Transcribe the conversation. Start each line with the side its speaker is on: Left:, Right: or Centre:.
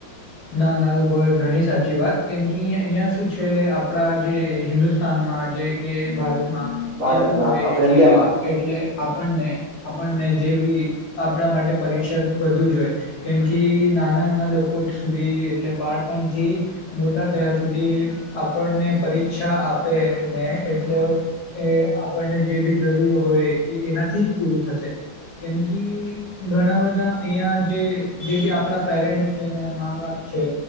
Left: ના ના ઘણી સાચી વાત કેમ કે અહિયાં શું છે આપડા જે હિન્દુસ્તાનમાં જે કે ભારત માં
Right: ભારતમાં
Left: એવું હોય
Right: આપણે ઈન્ડિયામાં
Left: કે એટલે આપણને આપણને જેવી આપણા માટે પરીક્ષા વધુ જોયે કેમ કે નાના નાના લોકો સુધી એટલે બાળપણથી મોટા થયા સુધી આપણને પરીક્ષા આપે ને એટલે એ આપણને જે બી જરૂર હોય એ એનાથી જ પૂરું થશે કેમ કે ઘણા બધા અહીંયા જે જે બી આપણાં પેરેન્ટ્સ છે ને મા બાપ છે